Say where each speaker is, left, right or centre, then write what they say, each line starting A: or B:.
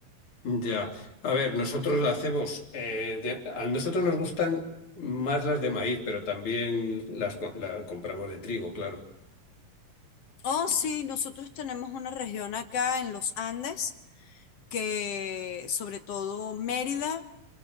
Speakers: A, on the left (about 40°); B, on the left (about 60°).
A: Ya, a ver, nosotros la hacemos, eh, de- a nosotros nos gustan más las de maíz, pero también las co- la compramos de trigo, claro.
B: Oh,
A: Y-
B: sí, nosotros tenemos una región acá en los Andes que sobre todo Mérida